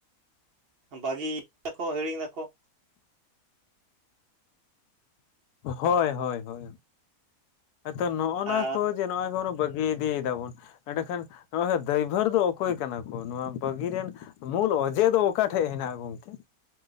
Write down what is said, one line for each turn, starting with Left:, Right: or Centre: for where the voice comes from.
Right: ᱵᱟᱹᱜᱤᱭ ᱫᱟᱠᱚ ᱦᱤᱲᱤᱧ ᱫᱟᱠᱚ
Left: ᱦᱳᱭ ᱦᱳᱭ ᱦᱳᱭ ᱟᱫᱚ ᱱᱚᱜᱱᱟ
Right: ᱟᱨ
Left: ᱠᱚ ᱡᱮ ᱱᱚᱣᱟ ᱠᱚ ᱵᱚᱱ ᱵᱟᱹᱜᱤ ᱤᱫᱤᱭ ᱫᱟᱵᱚᱱ᱾ ᱮᱸᱰᱮᱠᱷᱟᱱ ᱱᱚᱜᱚᱭ ᱫᱟᱹᱭᱵᱟᱹᱨ ᱫᱚ ᱚᱠᱚᱭ ᱠᱟᱱᱟ ᱠᱚ ᱱᱚᱣᱟ ᱵᱟᱹᱜᱤ ᱨᱮᱱ? ᱢᱩᱞ ᱚᱡᱮ ᱫᱚ ᱚᱠᱟ ᱴᱷᱮᱡ ᱦᱮᱱᱟᱜ-ᱟ ᱜᱚᱢᱠᱮ?